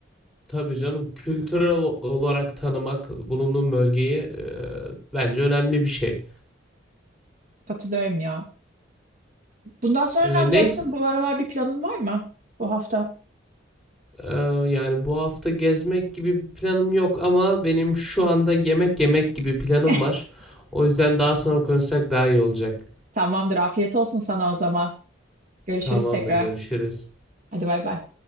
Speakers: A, in the centre; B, on the right.
A: Tabii canım kültürel o- olarak tanımak bulunduğum bölgeyi e, bence önemli bir şey.
B: Katılıyorum ya. Bundan sonra
A: E,
B: ne yapacaksın?
A: neyse
B: Bu aralar bir planın var mı bu hafta?
A: e, yani bu hafta gezmek gibi bir planım yok ama benim şu anda yemek yemek gibi planım
B: <laughs>
A: var. O yüzden daha sonra konuşsak daha iyi olacak.
B: Tamamdır. Afiyet olsun sana o zaman. Görüşürüz
A: Tamamdır
B: tekrar.
A: görüşürüz.
B: Hadi bay bay.